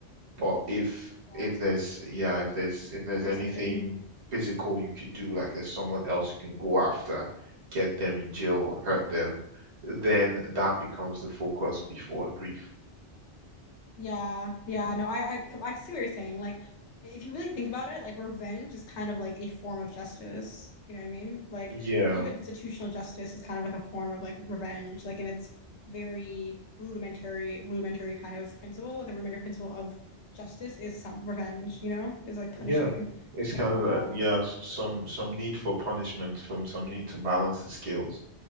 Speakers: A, on the right; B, on the left.
A: but if
B: Yeah.
A: if there's yeah, if there's if there's
B: There's
A: anything
B: something
A: physical you could do, like there's someone else you can go after, get them in jail or hurt them, then that becomes the focus before grief.
B: Yeah, yeah,
A: Mhm.
B: no, I, I, I see what you're saying. Like, if you really think about it, like revenge is kind of like a form of justice. You know what I mean? Like,
A: Yeah,
B: even institutional justice is kind of like a form of like revenge. Like, and it's very rudimentary, rudimentary kind of principle. The rudimentary principle of justice is some revenge. You know, is like punishing
A: yeah. It's
B: someone
A: kind
B: who
A: of
B: wronged
A: like yeah, s- some some need for punishment, from some need to balance the scales.